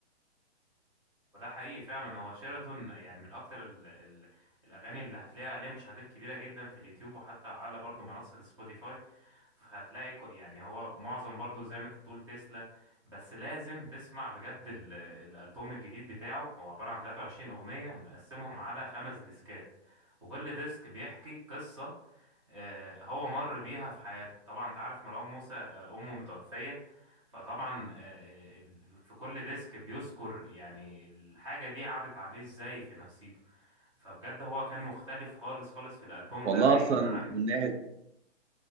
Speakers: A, on the right; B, on the right.
A: وده حقيقي فعلا هو شيراتون يعني من أكتر ال ال الأغاني اللي هتلاقيها عليه مشاهدات كبيرة جدا في اليوتيوب وحتى على برضه منصة سبوتيفاي فهتلاقي كو- يعني هو معظم برضه زي ما انت بتقول تسلا بس لازم تسمع بجد ال- الألبوم الجديد بتاعه هو عبارة عن 23 أغنية مقسمهم على خمس ديسكات وكل ديسك بيحكي قصة آه، هو مر بيها في حياته طبعا انت عارف مروان موسى آه، امه متوفية فطبعا آه، ال- في كل ديسك بيذكر يعني الحاجة دي عدت عليه ازاي في نفسيته فبجد هو كان مختلف خالص خالص في الألبوم
B: والله
A: ده بعيدا
B: اصلا
A: عن
B: من ناحيه